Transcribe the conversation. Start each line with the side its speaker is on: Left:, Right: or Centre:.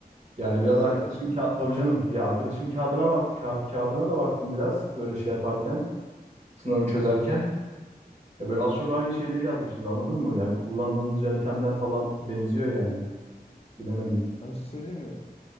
Right: Yani biraz
Left: Öyle
Right: arkadaşın
Left: mi diyor?
Right: ka- tabii canım ya arkadaşın kağıdına bak ka- kağıdına da baktım biraz böyle şey yaparken sınavı çözerken. Ya böyle az çok aynı şeyleri yazmışız anladın mı? Yani kullandığımız yöntemler falan benziyor yani. Bilemedim.
Left: Ben bir şey söyleyeyim mi?